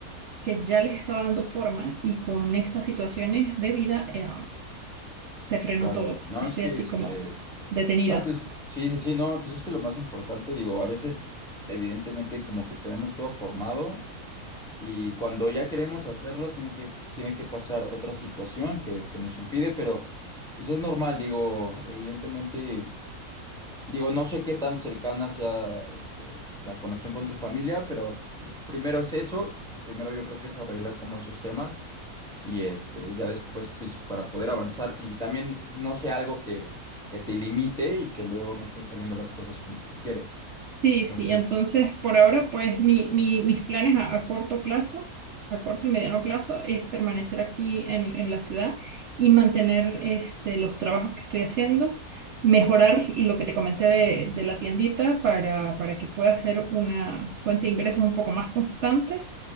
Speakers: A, on the right; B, in the centre.
A: que ya les estaba dando forma y con estas situaciones de vida eh, se frenó
B: claro.
A: todo.
B: No,
A: Estoy
B: es que
A: así
B: este,
A: como detenida.
B: no, pues sí, sí, sí, no, pues es que lo más importante, digo, a veces, evidentemente, como que tenemos todo formado. Y cuando ya queremos hacerlo, tiene que, tiene que pasar otra situación que, que nos impide, pero pues es normal, digo, evidentemente, digo, no sé qué tan cercana sea este, la conexión con tu familia, pero pues primero es eso, primero yo creo que es arreglar como esos temas y este, ya después pues para poder avanzar y también pues no sea algo que, que te limite y que luego no estén saliendo las cosas como tú quieres.
A: Sí,
B: Entonces,
A: sí, entonces por ahora pues mi, mi- mis planes a, a corto plazo, a corto y mediano plazo es permanecer aquí en, en la ciudad y mantener este, los trabajos que estoy haciendo, mejorar lo que te comenté de, de la tiendita para, para que pueda ser una fuente de ingresos un poco más constante